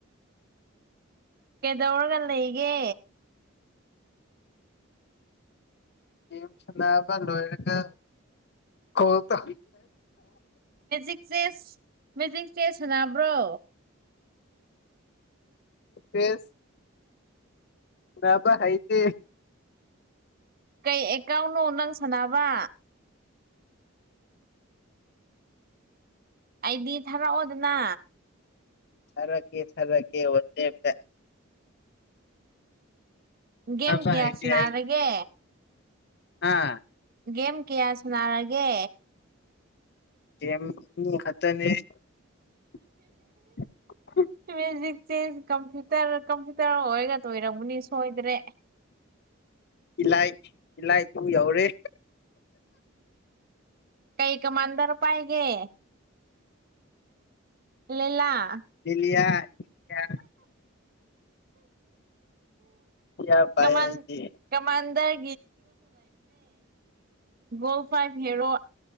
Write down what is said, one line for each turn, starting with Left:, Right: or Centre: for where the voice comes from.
Right: ꯀꯩꯗꯧꯔꯒ ꯂꯩꯒꯦ
Left: ꯌꯦ ꯁꯅꯕ ꯂꯣꯔꯒ ꯀꯣ ꯇ
Right: ꯦꯛ ꯆ ꯃꯦꯖꯤꯛ ꯆꯦꯁ ꯁꯅꯕ꯭ꯔꯣ
Left: ꯐꯦꯁ ꯕ ꯍꯥꯏꯗꯤ
Right: ꯀꯩ ꯑꯦꯀꯥꯎꯅꯣ ꯅꯪ ꯁꯥꯟꯅꯕ ꯑꯩꯗꯤ ꯊꯥꯔꯛꯑꯣꯗꯅ
Left: ꯁꯔ ꯀꯦ ꯁꯔ ꯀꯦꯁꯦ
Right: ꯒꯦꯝ
Left: ꯍꯥꯏ
Right: ꯀꯌꯥ ꯁꯥꯟꯅꯔꯒꯦ
Left: ꯍꯥꯏ ꯑꯥ
Right: ꯒꯦꯝ ꯀꯌꯥ ꯁꯅꯔꯒꯦ
Left: ꯀ ꯈꯛꯇꯅꯦ <unintelligible>
Right: ꯃꯦꯖꯤ ꯆ ꯀꯝꯄꯌꯨꯇꯔ ꯀꯝꯄ꯭ꯌꯨꯇꯔ ꯑꯣꯏꯔꯒ ꯇꯣꯏꯔꯃꯅꯤ ꯁꯣꯏꯗ꯭ꯔꯦ
Left: ꯏꯂꯥꯏ ꯏꯂꯥꯏ ꯇꯨ ꯌꯧꯔꯦ
Right: ꯀꯩ ꯀꯃꯥꯟꯗꯔ ꯄꯥꯏꯒꯦ ꯂꯩꯦꯂꯥꯛ
Left: ꯂꯂꯤꯌꯥ ꯌꯥ ꯂꯤꯂꯤꯌꯥ ꯄꯥꯏ
Right: ꯀꯃꯥꯟ
Left: ꯑꯩꯗꯤ
Right: ꯀꯃꯥꯟꯗꯔ ꯣ ꯐꯔꯣ